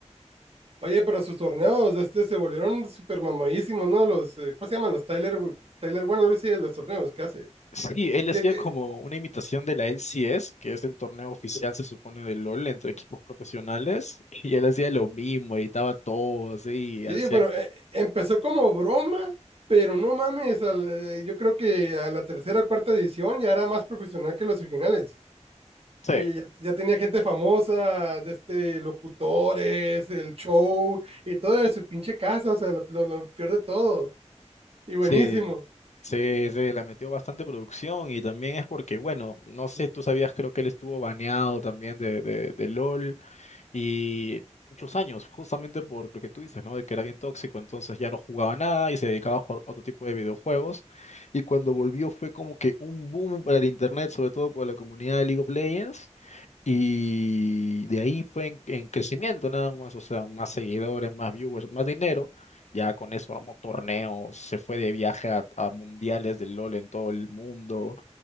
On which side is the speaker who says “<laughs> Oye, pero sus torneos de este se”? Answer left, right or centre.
Right